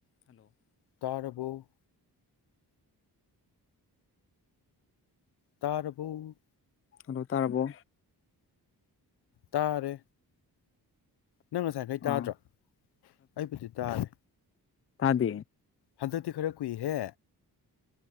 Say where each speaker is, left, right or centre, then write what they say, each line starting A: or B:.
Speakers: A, on the left (about 35°); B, on the left (about 75°).
A: Hello
B: ꯇꯥꯔꯕꯣ ꯇꯥꯔꯕꫭ
A: hello ꯇꯥꯔꯕꯣ
B: ꯇꯥꯔꯦ ꯅꯪ ꯉꯁꯥꯏꯈꯩ
A: ꯑꯥ
B: ꯇꯥꯗ꯭ꯔꯣ ꯑꯩꯕꯨꯗꯤ ꯇꯥꯔꯦ
A: ꯇꯥꯗ
B: ꯍꯟꯗꯗꯤ ꯈꯔ ꯍꯨꯏꯍꯦ